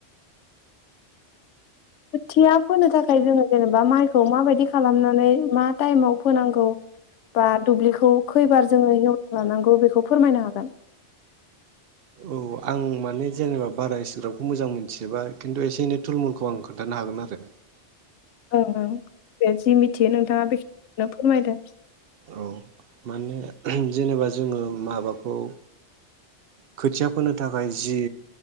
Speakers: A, on the left; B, on the right.
A: खोथिया फोनो थाखाय जोङो जेनेबा माइखौ माबायदि खालामनानै मा टाइमाव फोनांगौ बा दुब्लिखौ खैबार जोङो हेव लानांगौ बेखौ फोरमायनो हागोन
B: औ आं माने जेनेबा बारा इसेग्राफखौ मोजां मोनथिजोबा खिन्थु एसे एनै थुलमुलखौ आं खोन्थानो हागोन आरो
A: ओं ओं बे जि मिथियो नोंथाङा बेखिनो फोरमायदो
B: औ माने ओ जेनेबा जोङो माबाखौ खोथिया फोनो थाखाय जि